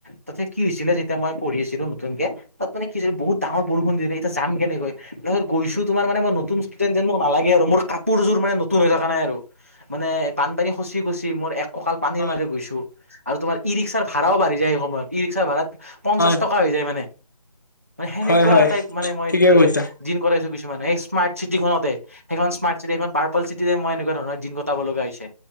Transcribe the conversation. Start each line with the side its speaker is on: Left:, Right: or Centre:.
Right: তাতে কি হৈছিলে যেতিয়া মই পঢ়ি আছিলো নতুনকে তাত মানে কি হৈছে বহুত ডাঙৰ বৰষুণ দি দে এতিয়া যাম কেনেকৈ তাৰপিছ গৈছো তোমাৰ মানে মই নতুন ষ্টুেডেন্ট যেন মোক নালাগে আৰু মোৰ কাপোৰযোৰ মানে নতুন হৈ থকা নাই আৰু মানে বানপানী খচি খচি মোৰ এক ককাল পানীৰ
Left: হয়
Right: মাজে গৈছো, আৰু তম ই ৰিক্সাৰ ভাডাও বাঢ়ি যায় সময়ত ই ৰি্স ভাড়াত পঞ্চাশ
Left: হয়
Right: টকা হৈ যায় মানে, মানে সেনেকুৱা
Left: হয় হয়
Right: টাইপ মানে মই
Left: ঠিকে কৈছা
Right: দিন কটাইছো, কিছুমান এই স্মাৰ্ট চিটিখনতে সেইখন স্মাৰ্ট চিটি এখন চিটিৰে মই এনেকুৱা ধৰণৰ দিন কটাব লগা হৈছে,